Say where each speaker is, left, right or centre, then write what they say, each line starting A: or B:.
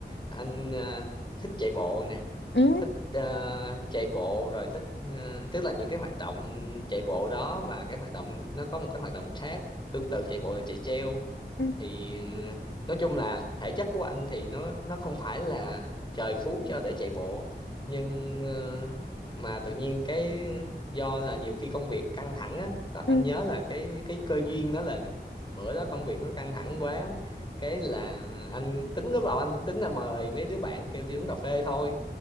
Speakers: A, on the left; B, on the left.
A: anh ờ, thích chạy bộ nè.
B: ừ
A: Thích ờ, chạy bộ rồi thích ờ, tức là những cái hoạt động chạy bộ đó và cái hoạt động nó có một cái hoạt động khác tương tự chạy bộ là chạy treo
B: ừ
A: thì nói chung là thể chất của anh thì nó nó không phải là trời phú cho để chạy bộ nhưng ờ, mà tự nhiên cái do là nhiều khi công việc căng thẳng á có anh
B: ừ
A: nhớ là cái cái cơ duyên đó là bữa đó công việc nó căng thẳng quá cái là anh tính lúc đầu anh cũng tính là mời mấy đứa bạn kêu đi uống cà phê thôi